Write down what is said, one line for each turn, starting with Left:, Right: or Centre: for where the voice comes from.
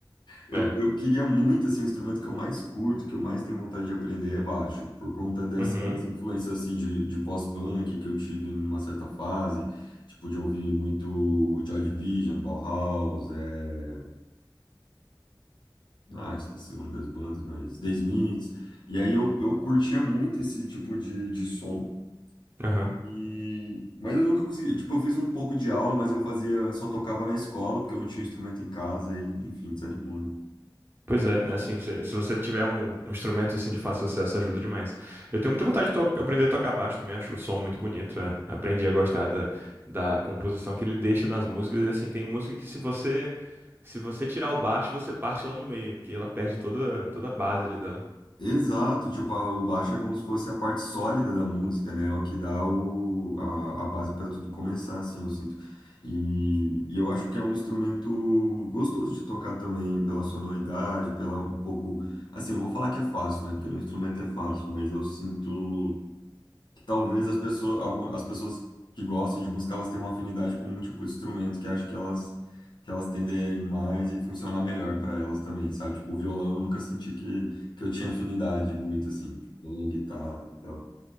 Left: Eu,
Right: É.
Left: eu queria muito, assim, o instrumento que eu mais curto, que eu mais tenho vontade de aprender é baixo, por conta dessas
Right: Uhum.
Left: influências, assim, de, de pós-punk que eu tive numa certa fase, tipo, de ouvir muito Joy Division, Bauhaus, é... ah, esqueci o nome das bandas, mas The Smiths, e aí eu, eu curtia muito esse tipo de, de som,
Right: Aham.
Left: e... mas eu nunca consegui, tipo, eu fiz um pouco de aula, mas eu fazia, só tocava na escola, porque eu não tinha instrumento em casa, e, enfim, desanimou, né?
Right: Pois é, né? Assim, você- se você tiver um, um instrumento assim de fácil acesso, ajuda demais. Eu tenho muita vontade de to- aprender a tocar baixo também, acho o som muito bonito. é. Aprendi a gostar da, da composição que ele deixa nas músicas. E assim, tem música que se você se você tirar o baixo, você parte ela no meio, porque ela perde toda, toda a base ali dela.
Left: Exato, tipo, a- o baixo é como se fosse a parte sólida da música, né? É o que dá o, a, a base para tudo começar, assim, eu sinto. E, e eu acho que é um instrumento gostoso de tocar também, pela sonoridade, pela um pouco. Assim, não vou falar que é fácil, né? Porque no instrumento é fácil, mas eu sinto talvez as pessoas, algumas, as pessoas que gostem de música, elas têm uma afinidade com um tipo de instrumento que acho que elas que elas tendem a ir mais e funcionar melhor para elas também, sabe? Tipo, o violão eu nunca senti que, que eu tinha afinidade muito, assim, tipo, violão, guitarra e tal.